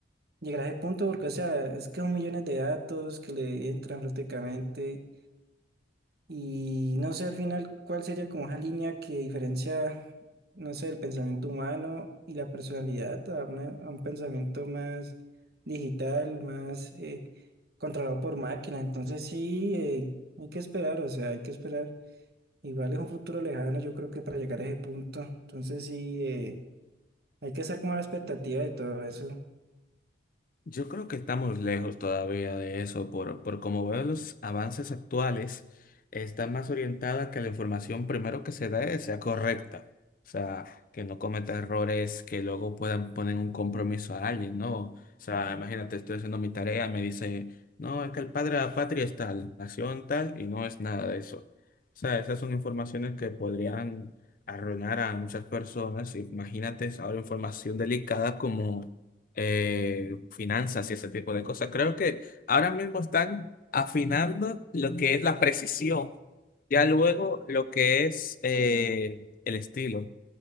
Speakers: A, on the right; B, on the left.
A: Llegar a ese punto porque, o sea, es que son millones de datos que le entran prácticamente y no sé al final cuál sería como esa línea que diferencia, no sé, el pensamiento humano y la personalidad a, una- a un pensamiento más digital, más eh, controlado por máquina. Entonces sí, eh, hay que esperar, o sea, hay que esperar. Igual es un futuro lejano, yo creo que para llegar a ese punto. Entonces sí, eh, hay que estar como a la expectativa de todo eso.
B: Yo creo que estamos lejos todavía de eso, por, por como veo los avances actuales, está más orientada a que la información primero que se dé sea correcta, o sea, que no cometa errores que luego puedan poner un compromiso a alguien, ¿no? O sea, imagínate, estoy haciendo mi tarea, me dice, no, es que el padre de la patria es tal, nació en tal, y no es nada de eso. O sea, esas son informaciones que podrían arruinar a muchas personas. Imagínate ahora información delicada como eh, finanzas y ese tipo de cosas. Creo que ahora mismo están afinando lo que es la precisión, ya luego lo que es eh, el estilo